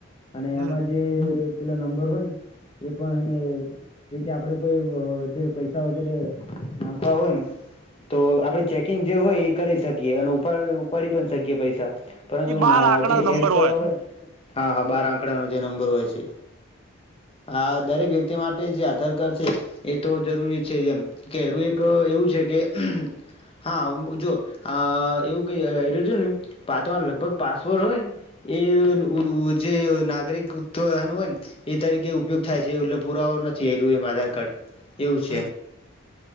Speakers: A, on the left; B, on the right.
A: અને
B: હમ
A: એમાં જે પેલો નંબર હોય ને એ પણ એને જેથી આપડે કોઈ અહ જે પૈસા વગેરે નાખવા હોય ને તો આપડે ચેકિંગ જે હોય એ કરી શકીએ. અને ઉપ ઉપાડી પણ શકીએ પૈસા. પરંતુ
B: એ બાર
A: ના
B: આંકડા
A: જે
B: નંબર
A: એડ કરવા હોય હા હા બાર આંકડાનો જે નંબર હોય છે. હા, દરેક વ્યક્તિ માટે જે આધાર કાર્ડ છે એ તો જરૂરી છે જેમ કેરું એક એવું છે કે હા જો અહ એવું કઈ એજ ને તમાર લગભગ પાસવર્ડ હોય ને એ ઓલું જે નાગરિકત્વન હોય ને એ તરીકે ઉપયોગ થાય છે, એટલે પુરાવા નથી, એરિયુ એમ આધાર કાર્ડ એવું છે.
B: હમ